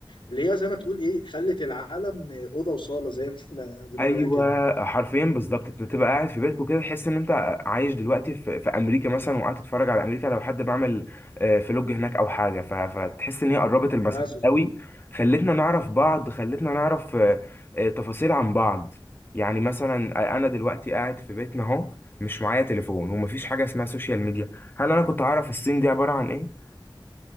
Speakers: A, on the left (about 70°); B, on the left (about 25°).
A: اللي هي زي ما تقول ايه خلت العالم آه، اوضه وصاله زي ما احنا بنقولها
B: ايوه
A: كده
B: حرفيا بالظبط انت تبقى قاعد في بيتك وكده تحس ان انت عايش دلوقتي في, في امريكا مثلا وقاعد تتفرج على امريكا لو حد بعمل آه، فلوج هناك او حاجه ف... فتحس ان هي قربت المسافات
A: مثلا
B: قوي خلتنا نعرف بعض خلتنا نعرف آه، آه، تفاصيل عن بعض يعني مثلا انا دلوقتي قاعد في بيتنا اهو مش معايا تليفون ومفيش حاجه اسمها سوشيال ميديا هل انا كنت اعرف الصين دي عباره عن ايه